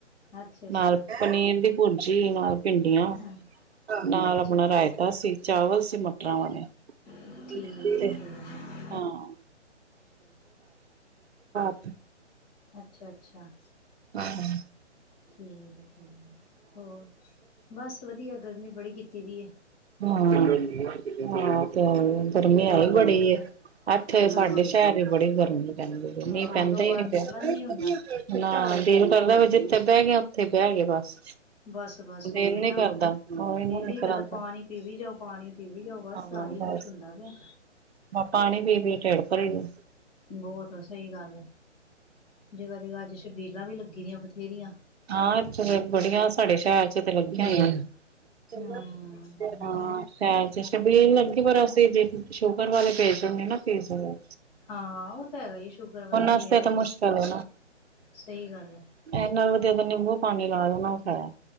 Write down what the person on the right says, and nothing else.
ਨਾਲ ਪਨੀਰ ਦੀ ਭੁਰ ਜੀ ਹਾਂ। ਭਿੰਡੀਆਂ
ਨਾਲ
ਆਪਣਾ ਰਾਇਤਾ ਸੀ, ਚਾਵਲ ਸੀ ਮਟਰਾਂ ਵਾਲੇ
ਤੇ
ਹਾਂ। <inaudible>
ਹੂੰ।
ਹੂੰ ਹਾਂ। ਤੇ ਗਰਮੀ ਐਈ ਬੜੀ
ਏ। ਏਥੇ ਸਾਡੇ
ਸ਼ਹਿਰ ਬੜੀ ਗਰਮੀ ਪੈਂਦੀ
ਪਈ। ਮੀਂ
ਪੈਂਦਾ
ਈ ਨੀ
ਪਿਆ।
ਨਾ ਬਿਲੁਲ ਕਰਦਾ ਵੀ ਜਿੱਥੇ ਬੇਅ ਗੇ ਆਂ। ਉੱਥੇ ਬੇਅ ਗੇ ਬਸ।
ਦਿਲ
ਨੀ
ਕਰਦਾ ਉਹੀ
ਨਾ
ਨਿਕਲਦਾ
ਹਾਂ
ਬਸ
ਪਾਣੀ ਪੀ-ਪੀ ਟੇਡ ਭਰੀ ਜੋ।
ਹਾਂ ਏਥੇ ਬੜੀਆਂ ਸਾਡੇ- ਸ਼ੈਰ 'ਚ ਤੇ ਲੱਗੀਆਂ ਹੋਈਆ। ਚੰਗਾ
-ਹਾਂ
ਸ਼ੈਰ 'ਚ ਛਬੀਲ ਲਗੀ ਪਰ ਅਸੀ ਜ- ਸ਼ੂਗਰ ਵਾਲੇ ਪੇਸ਼ੰਟ ਨੀ ਨਾ ਪੀ ਸਕਦੇ।
ਵਾਸਤੇ
ਤਾਂ ਮੁਸ਼ਕਿਲ ਹੈ ਨਾ
ਇਹ ਨਾਲ ਵਧੀਆ ਨਿੰਬੂ ਪਾਣੀ ਲਾ ਲੈ ਨਾ ਓ ਖਰਾ